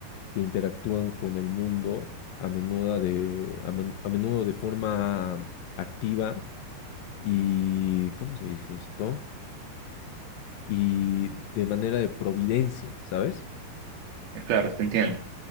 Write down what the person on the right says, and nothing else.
Eh, Claro, te entiendo.